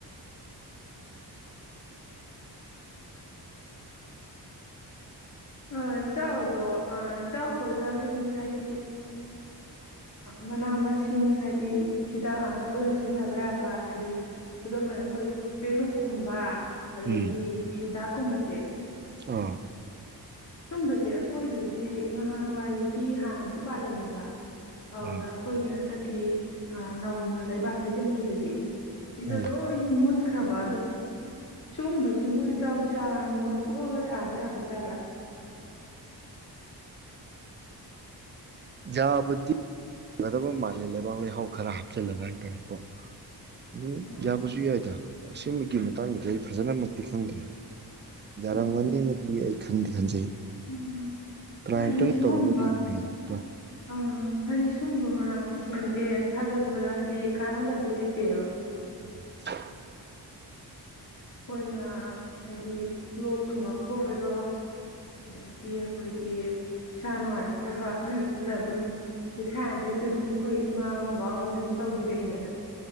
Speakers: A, on the left; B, on the right.
A: ꯑꯥ ꯏꯇꯥꯎ ꯑꯗꯣ ꯑꯥ ꯏꯇꯥꯎꯈꯣꯏꯗ ꯑꯩꯈꯣꯏꯒꯤ ꯍꯥꯏꯗꯤ ꯃꯅꯥ ꯃꯁꯤꯡ ꯍꯥꯏꯗꯤ ꯍꯤꯗꯥꯛ ꯂꯥꯡꯊꯛ ꯑꯣꯏꯅꯔ ꯁꯤꯖꯤꯟꯅꯕ ꯌꯥꯕ ꯍꯥꯏꯗꯤ ꯈꯨꯗꯝ ꯑꯣꯏꯅ ꯑꯣꯏꯅ ꯑꯩꯈꯣꯏ ꯄꯦꯔꯨꯛꯀꯨꯝꯕ ꯑꯗꯒꯤ
B: ꯎꯝ
A: ꯅꯨꯡꯁꯤꯗꯥꯛꯀꯨꯝꯕꯁꯦ
B: ꯑꯥ
A: ꯁꯨꯝꯕꯁꯦ ꯑꯩꯈꯣꯏꯗꯗꯤ ꯅꯍꯥꯟꯋꯥꯏꯗꯤ ꯍꯥꯟꯅꯗꯤ ꯄꯥꯜꯂꯝꯃꯦꯕ <unintelligible>
B: ꯑꯥ
A: ꯀꯤ ꯅꯧꯅ ꯂꯩꯕꯥꯛ ꯍꯩꯖꯤꯟꯈꯤꯕꯁꯦ <unintelligible>
B: ꯎꯝ
A: <unintelligible> ꯁꯨꯝꯕꯁꯤꯕꯨ ꯏꯇꯥꯎ ꯆꯥꯔ ꯅꯨꯡꯒ ꯐꯣꯛꯑꯒ ꯊꯥꯕ ꯌꯥꯕ ꯖꯥꯠꯂꯥ
B: ꯌꯥꯕꯨꯗꯤ ꯌꯥꯒꯗꯕ ꯃꯥꯜꯂꯦ ꯂꯩꯕꯥꯛ ꯂꯩꯍꯥꯎ ꯈꯔ ꯍꯥꯞꯆꯤꯜꯂꯒ ꯍꯥꯏꯇꯥꯔꯦꯀꯣ ꯎꯝ
A: ꯑ
B: ꯌꯥꯄꯁꯨ ꯌꯥꯏ ꯑꯁꯤꯃ ꯃꯇꯥꯡꯗꯗꯤ ꯑꯩ ꯐꯖꯅꯃꯛꯇꯤ ꯈꯪꯗ꯭ꯔꯦ ꯌꯥꯔꯝꯒꯅꯤ
A: ꯎꯝ
B: ꯑꯃꯗꯤꯗꯤ ꯑꯩ ꯈꯪꯗꯤꯦ ꯈꯟꯖꯩ
A: ꯎꯝ
B: ꯇꯔꯥꯏꯝꯇꯪ
A: ꯍꯥꯏꯗꯤ ꯁꯤꯒꯨꯝꯕ
B: ꯇꯧꯔꯒꯗꯤ ꯌꯦꯡꯕꯤꯌꯨ ꯏꯇꯥꯎ
A: ꯑ ꯍꯥꯏꯗꯤ ꯁꯨꯝꯕ ꯃꯅꯥ ꯁꯤꯡꯁꯦ ꯊꯥꯖꯤꯟꯕꯗ ꯍꯥꯏꯗꯤ ꯀꯥꯟꯅꯗꯕ ꯂꯩꯇꯦꯕ
B: ꯎꯝ
A: ꯑꯩꯈꯣꯏꯅ ꯍꯥꯏꯗꯤ ꯂꯣꯛ ꯊꯨꯡꯉꯛꯄ ꯑꯣꯏꯔꯣ ꯑꯗꯒꯤ ꯑꯩꯈꯣꯏꯒꯤ ꯏꯁꯥ ꯅꯨꯡꯉꯥꯏꯔꯛꯇꯕ ꯑꯃ ꯍꯦꯛꯇꯗ ꯑꯗꯨꯝ ꯂꯩ ꯊꯥꯏꯅꯗꯩꯁꯨ ꯑꯗꯨꯝ ꯑꯩꯈꯣꯏ ꯏꯃꯥ ꯕꯕꯥꯣꯏꯅ ꯑꯗꯨꯝ ꯇꯧꯕꯤꯔꯛꯏꯗꯅ